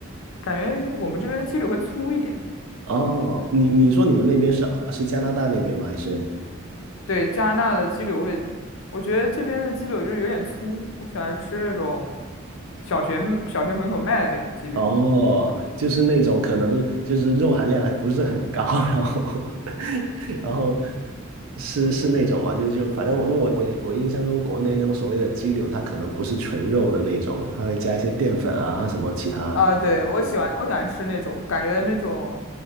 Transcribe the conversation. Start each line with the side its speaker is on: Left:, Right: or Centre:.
Left: 感觉我们这边的鸡柳会粗一点。
Right: 哦，你你说你们那边是是加拿大那边吗？还是？
Left: 对，加拿大的鸡柳会，我觉得这边的鸡柳就是有点粗，我喜欢吃那种小学小学门口卖的那种鸡柳。
Right: 哦，就是那种可能就是肉含量还不是很高，然后 <laughs> 然后是是那种嘛，就就反正我因为我我我印象中国内那种所谓的鸡柳，它可能不是纯肉的那种，它会加一些淀粉啊什么其他。
Left: 啊，对，我喜欢，我喜欢吃那种，感觉那种